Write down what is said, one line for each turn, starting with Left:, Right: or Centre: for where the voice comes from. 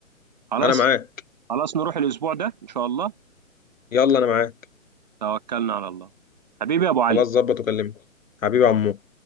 Right: خلاص
Left: انا معاك
Right: خلاص نروح الاسبوع ده ان شاء الله
Left: يلا انا معاك
Right: توكلنا على الله حبيبي يا ابو علي
Left: خلاص ظبط وكلمني حبيبي يا عمو